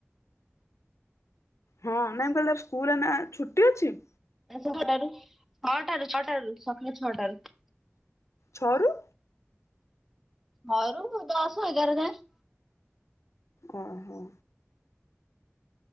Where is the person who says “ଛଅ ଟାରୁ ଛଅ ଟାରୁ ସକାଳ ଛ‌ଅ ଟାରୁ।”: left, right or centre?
Centre